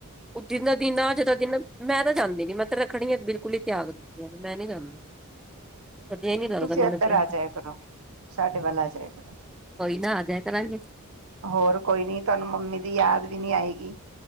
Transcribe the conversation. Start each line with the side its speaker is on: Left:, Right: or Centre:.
Centre: ਜਿਨਾ ਦਿਨ ਆ ਜਦਾ ਦਿਨ ਮੈਂ ਤਾਂ ਜਾਂਦੀ ਨੀ, ਮੈਂ ਤਾਂ ਰੱਖੜੀਆਂ ਬਿਲਕੁਲ ਹੀ ਤਿਆਗਤੀਆਂ ਨੇ, ਮੈਂ ਨਹੀਂ ਜਾਂਦੀ। ਵਧੀਆ ਨੀ ਲੱਗਦਾ
Right: ਤੁਸੀਂ
Centre: ਮੈਨੂੰ
Right: ਇੱਧਰ
Centre: ਤਿਉਹਾਰ
Right: ਆ ਜਾਇ ਕਰੋ ਸਾਡੇ ਵੱਲ ਆ ਜਾਇ ਕਰੋ
Centre: ਨਹਾ ਦਿਆ ਕਾਰਗੇ
Right: ਹੋਰ ਕੋਈ ਨੀ ਤੁਹਾਨੂੰ ਮੰਮੀ ਦੀ ਯਾਦ ਵੀ ਨੀ ਆਏਗੀ